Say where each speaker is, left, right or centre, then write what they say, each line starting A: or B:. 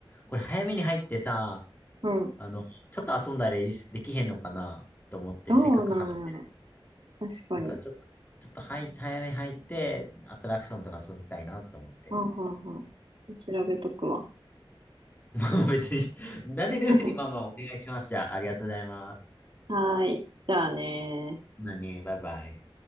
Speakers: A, on the left; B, on the right.
A: これ早めに入ってさ、
B: うん。
A: あの、ちょっと遊んだりできへんのかなと思って、
B: どうなんやろ。
A: せっかく払って。
B: 確かに。
A: なんかちょっと、ちょっと入っ早め入って、アトラクションとか遊びたいなと思って。
B: うんうんうん。調べとくわ。
A: まあ別に、慣れるようにまあまあお願いします。
B: <laughs>
A: じゃあ、ありがとうございます。
B: はーい。じゃあねー。
A: まあね、バイバイ。